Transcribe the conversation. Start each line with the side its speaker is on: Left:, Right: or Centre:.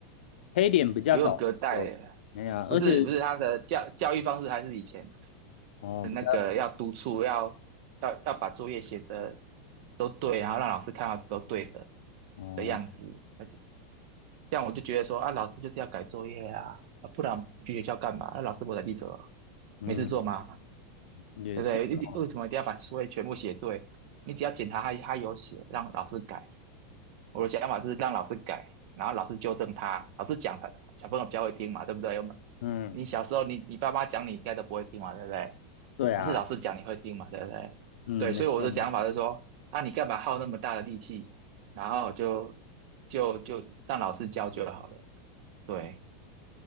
Left: 黑脸比较少有，
Right: 不用隔代了不是不是他的教教育方式还是以前
Left: 哎呀，而且哦比较
Right: 的那个要督促，要要要把作业写的都对，然后让老师看到都对的
Left: 哦，
Right: 的样子，而且。这样我就觉得说啊，老师就是要改作业啊，啊不然我们去学校干嘛？那老师不才记者啊，
Left: 嗯，
Right: 没事做吗？
Left: 也是哦，
Right: 对不对？一定为什么一定要把作业全部写对？你只要检查他他有写，让老师改。我的想法是让老师改，然后老师纠正他，老师讲他小朋友比较会听嘛，对不对？我们
Left: 嗯，
Right: 你小时候你你爸妈讲你应该都不会听嘛，对不对？
Left: 对啊，
Right: 但是老师讲你会听嘛，对不对？
Left: 嗯，
Right: 对，所以我的讲法是说，
Left: 没错没错。
Right: 啊，你干嘛耗那么大的力气，然后就就就让老师教就好了。对，